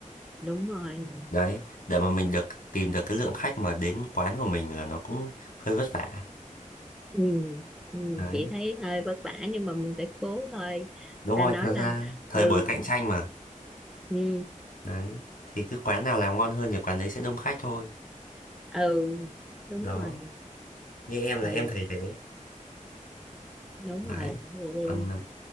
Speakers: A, in the centre; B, on the left.
A: đúng rồi
B: đấy để mà mình được tìm được cái lượng khách mà đến quán của mình là nó cũng hơi vất vả
A: ừ. Ừ.
B: đấy
A: chị thấy hơi vất vả nhưng mà mình phải cố thôi
B: đúng
A: ta
B: rồi
A: nói
B: thật
A: là
B: ra thời
A: ừ
B: buổi cạnh tranh mà
A: ừ
B: đấy thì cứ quán nào làm ngon hơn thì quán đấy sẽ đông khách thôi
A: ừ đúng
B: đó
A: rồi
B: như em là
A: ừ,
B: em thấy thế
A: đúng
B: đấy
A: rồi vậy đi
B: còn ờ,